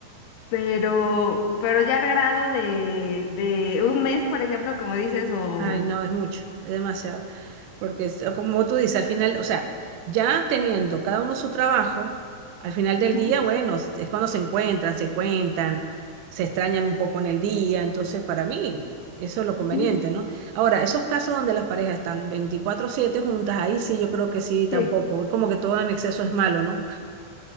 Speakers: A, on the left (about 80°); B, on the right (about 80°).
A: pero, pero ya al grado de, de un mes, por ejemplo, como dices, o...
B: Ay, no, es mucho, es demasiado. Porque es- como tú dices, al final, o sea, ya teniendo cada uno su trabajo, al final del
A: Ujú,
B: día, bueno, es es cuando se encuentran, se cuentan, se extrañan un poco en el día, entonces para mí eso es lo conveniente,
A: ujú,
B: ¿no? Ahora, esos casos donde las parejas están veinticuatro siete juntas, ahí sí yo creo que sí, tampoco,
A: Sí,
B: es como que todo en exceso es malo, ¿no?